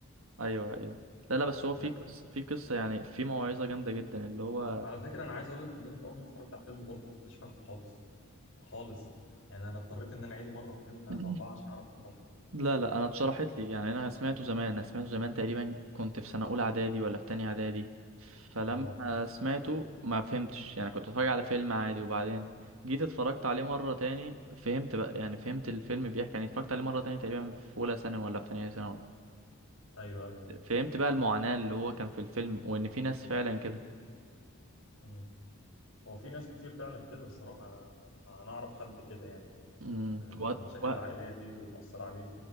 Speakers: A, on the right; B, on the left.
A: ايوه ايوه لا لا بس هو
B: أنت
A: في
B: فاهم
A: قصة في قصة يعني في موعظة جامدة جدا اللي هو
B: على فكره انا عايز اقول لك ان انا في اول ما اتفرجت على الفيلم برضه ما كنتش فاهمه خالص خالص يعني انا اضطريت ان انا اعيده مره واثنين وثلاثه
A: <laughs>
B: واربعه
A: <clears throat>
B: عشان اعرف افهمه
A: لا لا انا اتشرحت لي يعني انا سمعته زمان انا سمعته زمان تقريبا كنت في سنه اولى اعدادي ولا في تانية اعدادي فلما
B: اه
A: سمعته ما فهمتش يعني كنت بتفرج على فيلم عادي وبعدين جيت اتفرجت عليه مره تاني فهمت بقى يعني فهمت الفيلم بيحكي يعني اتفرجت عليه مره تاني تقريبا في اولى ثانوي ولا في تانية ثانوي
B: ايوه ايوه
A: فهمت بقى المعاناه اللي هو كان في الفيلم وان في ناس فعلا كده
B: أمم. هو في ناس كتير فعلا كده الصراحه انا انا أنا اعرف حد كده يعني
A: امم
B: آه،
A: وهت-
B: المشاكل
A: وه-
B: العائليه دي مؤثره عليه